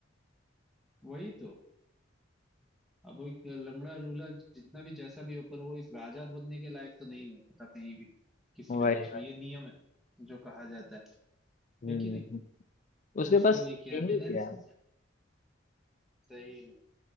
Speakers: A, in the centre; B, on the left.
A: वही तो अब वो एक लंगड़ा लूला जितना भी जैसा भी हो पर वो एक राजा बनने के लायक तो नहीं होता कहीं भी किसी
B: वही
A: भी देश में ये नियम है जो कहा जाता है
B: हम्म
A: है कि नहीं तो
B: उसके
A: उसने
B: पास
A: ये किया
B: यही
A: डेनेरिस
B: क्या
A: के साथ सही में